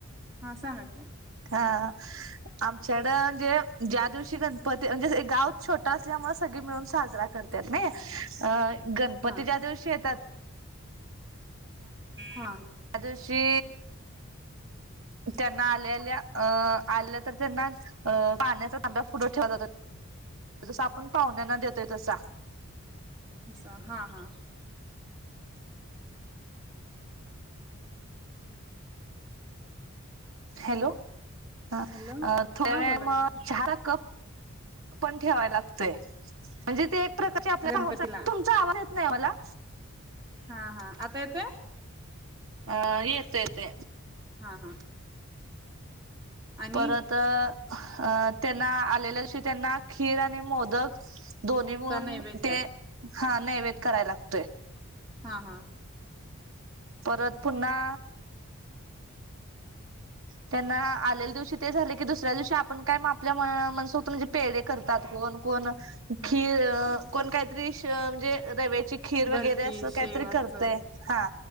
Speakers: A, on the right (about 15°); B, on the right (about 60°).
A: हा सांगा क
B: हा आमच्याकडं म्हणजे ज्या दिवशी गणपती म्हणजे गावच छोटं असल्यामुळ सग ळी मिळून साजरा करत्यात नाय अ गणपती
A: हा
B: ज्या दिवशी येतात
A: हा
B: कादशी त्यांना आल्याआल्या अं आलं तर त्यांना अ पाण्याचा तांब्या पुढं ठेवला जातो. जसं आपण पाहुण्यांना देतोय तसा
A: असा हा हा
B: हॅलो हा
A: हॅलो
B: अ थोड्यावेळा
A: हा बोला
B: म
A: की
B: चहाचा कप पण ठेवाय लागतोय म्हणजे ते एक प्रकारची आपला
A: गणपतीला
B: तुमचा आवाज येत नाय मला
A: हा हा आता येतोय.
B: ह येतोय येतोय
A: हा हा आणि
B: परत अ अ त्यांना आलेल्यादिवशी त्यांना खीर आणि मोदक दोन्ही मिळून
A: चा नैवेद्य
B: ते हा नैवेद कराय लागतोय.
A: हा हा-
B: परत पुन्हा त्यांना आलेल्या दिवशी ते झाले की दुसऱ्या दिवशी आपण काय आपल्या म मनसोक्त म्हणजे पेडे करतात कोण कोण
A: हं.
B: खीर कोण काहीतरी शी म्हणजे रवे ची खीर
A: बर्फी
B: वगैरे अस
A: शेव
B: काहीतरी करतय
A: असं
B: हा